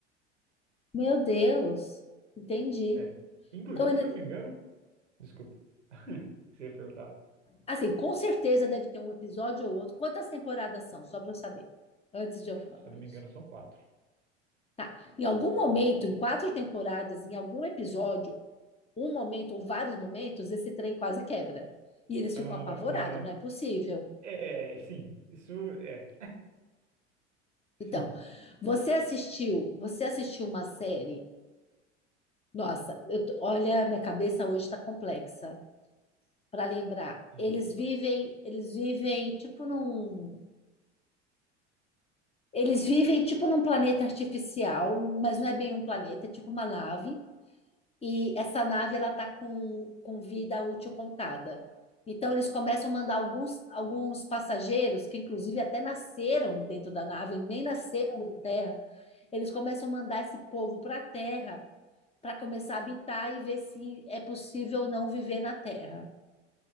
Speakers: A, on the left; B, on the right.
A: meu Deus, entendi.
B: É. Inclusive,
A: Então, ele-
B: se eu não me engano. Desculpa. <laughs> Você ia perguntar.
A: assim, com certeza deve ter um episódio ou outro. Quantas temporadas são? Só para eu saber. Antes de eu falar
B: Se eu não
A: isso.
B: me engano, são quatro.
A: Tá. Em algum momento, em quatro temporadas, em algum episódio, um momento ou vários momentos, esse trem quase quebra. E eles
B: Ah,
A: ficam apavorados, não é possível.
B: é, sim. Isso é.
A: Então,
B: Sim.
A: você assistiu, você assistiu uma série. Nossa, eu tô- olha, minha cabeça hoje está complexa. Para lembrar,
B: Diga.
A: eles vivem, eles vivem tipo num Eles vivem tipo num planeta artificial, mas não é bem um planeta, é tipo uma nave. E essa nave ela tá com, com vida útil contada. Então eles começam a mandar alguns, alguns passageiros, que inclusive até nasceram dentro da nave, nem nasceram na Terra. Eles começam a mandar esse povo para a Terra para começar a habitar e ver se é possível ou não viver na Terra.